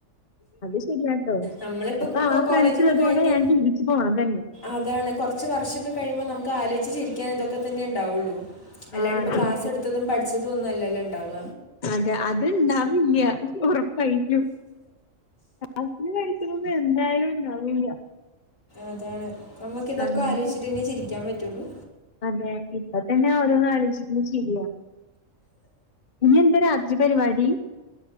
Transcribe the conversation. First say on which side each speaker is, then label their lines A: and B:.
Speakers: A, on the left (about 40°); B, on the left (about 85°).
A: അത് ശരിയാട്ടോ
B: നമ്മളിപ്പോൾ
A: ഇപ്പൊ ആ
B: കോളേജൊക്കെ
A: ഫ്രണ്ട്സിലതുകോടെ
B: കഴിഞ്ഞ്
A: ഞാൻ ചിരിച്ചു പോണം തന്നെ
B: അതാണ്. കുറച്ച് വർഷമൊക്കെ കഴിയുമ്പോൾ നമുക്ക് ആലോയിച്ച് ചിരിക്കാൻ ഇതൊക്കെ തന്നെ ഉണ്ടാവൊള്ളൂ. അല്ലാണ്ട്
A: ആഹ്
B: പ്പൊ ക്ലാസ്
A: അതെ
B: എട്ത്തതും പട്‌ച്ചതും ഒന്നും അല്ലല്ലോ ണ്ടാവ
A: അതെ അത്ണ്ടാവില്ല്യ ഉറപ്പയിട്ടും. അത്ന് കഴിക്കണന്ന്എന്തായാലും ണ്ടാവില്ല്യ
B: അതാണ് നമുക്ക് തൊക്കെ
A: അന്ന്
B: ആലോയ്ച്ച്ട്ട് നി ചിരിക്കാൻ പറ്റുള്ളൂ
A: അതെ ഇപ്പ തെന്നെ ഓരോന്നാലോയ്ചിട്ട് ചിരിയാ ഇന്യേന്താ രാത്രി പരിപാടി